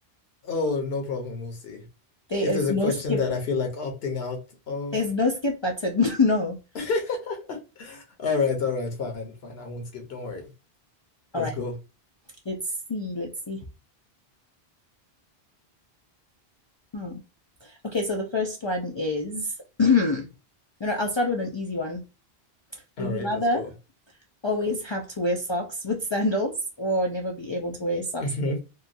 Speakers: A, on the left; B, on the left.
A: Oh, no problem. We'll see.
B: There
A: If
B: is
A: there's a
B: no
A: question
B: skip.
A: that I feel like opting out of.
B: There's no skip button. <laughs> No.
A: <laughs> All right. All right. Fine. Fine. I won't skip. Don't worry.
B: All
A: Let's
B: right.
A: go.
B: Let's see. Let's see. Hmm. Okay, so the first one is, <clears throat> you know, I'll start with an easy one. Would
A: All
B: you
A: right.
B: rather
A: Let's go.
B: always have to wear socks <laughs> with sandals or never be able to wear socks.
A: Mhm.